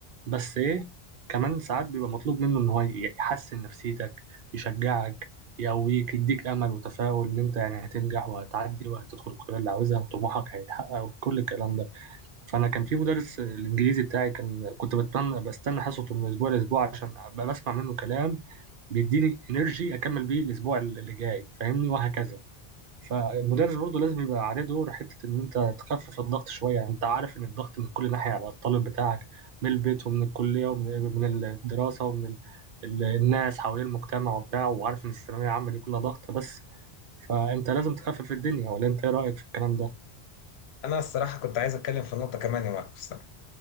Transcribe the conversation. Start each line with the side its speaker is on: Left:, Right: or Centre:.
Right: بس ايه كمان ساعات بيبقى مطلوب منه ان هو ي- يحسن نفسيتك يشجعك يقويك يديك امل وتفاؤل ان انت يعني هتنجح وهتعدي وهتدخل الكليه اللي عاوزها وطموحك هيتحقق وكل الكلام ده فانا كان في مدرس الانجليزي بتاعي كان كنت بتمنى بستنى حصته من اسبوع لاسبوع عشان ابقى بسمع منه كلام بيديني انرجي اكمل بيه الاسبوع اللي جاي فاهمني وهكذا فالمدرس برضه لازم يبقى عليه دور حته ان انت تخفف الضغط شويه انت عارف ان الضغط من كل ناحيه على الطالب بتاعك من البيت ومن الكليه ومن من الدراسه ومن ال... ال- الناس حوالين المجتمع وبتاع وعارف ان الثانويه العامه دي كلها ضغط بس فانت لازم تخفف الدنيا ولا انت ايه رايك في الكلام
Left: أنا الصراحة كنت عايز أتكلم في نقطة كمان يا ماركو الصراحة